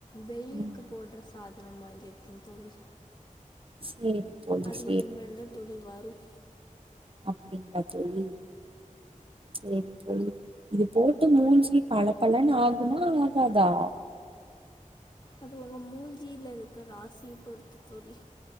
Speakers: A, on the left; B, on the right.
A: வெயிலுக்கு
B: ம்
A: போடுற சாதனம் வாங்கிருக்கே தோழி
B: சேரி தோழி
A: அது
B: சேரி
A: இனிமேல் தா தோழி வரும்
B: அப்டிங்களா தோழி சேரி தோழி இது போட் மூஞ்சி பளபளன்னு ஆகுமா ஆகாதா
A: அது உங்க மூஞ்சியில இருக்குற ராசிய பொருத்து தோழி